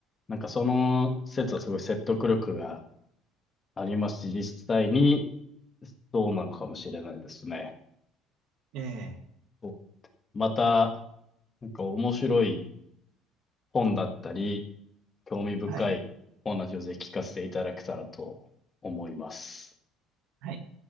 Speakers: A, on the left; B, on the right.
A: なんかその説はすごい説得力がありますし、実際にそうなのかもしれないですね。
B: ええ、
A: そう。また、なんか面白い本だったり、興味深いお話をぜひ聞かせていただけたらと思います。
B: はい。はい